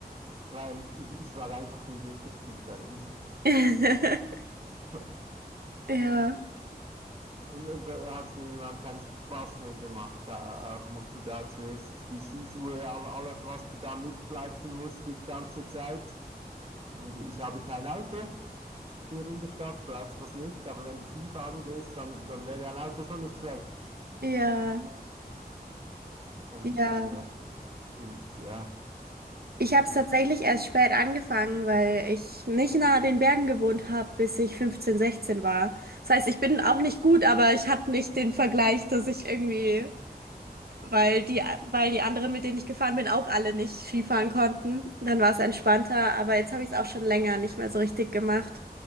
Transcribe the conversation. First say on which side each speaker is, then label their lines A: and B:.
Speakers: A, on the right (about 35°); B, on the right (about 70°).
A: weil ich, ich war einfach nie wirklich gut darin.
B: <laughs>
A: <laughs>
B: Ja,
A: Und Da hat es mir irgendwann keinen Spaß mehr gemacht. Da, auch musst du da zuerst die Skischuhe, all- alles, was du da mitschleifen musst, die ganze Zeit. Und ich habe kein Auto hier in der Stadt, brauchst das nicht. Aber wenn du Skifahren gehst, dann, dann wäre ein Auto schon nicht schlecht.
B: ja,
A: Das ein
B: ja.
A: bisschen äh, hilft, ja.
B: Ich habe
A: Die ganze
B: es tatsächlich erst spät angefangen, weil ich nicht nahe den Bergen gewohnt habe, bis ich 15 16 war. Das heißt, ich bin auch nicht gut, aber ich hatte nicht den Vergleich, dass ich irgendwie, weil die, weil die anderen, mit denen ich gefahren bin, auch alle nicht Skifahren konnten. Dann war es entspannter, aber jetzt habe ich es auch schon länger nicht mehr so richtig gemacht.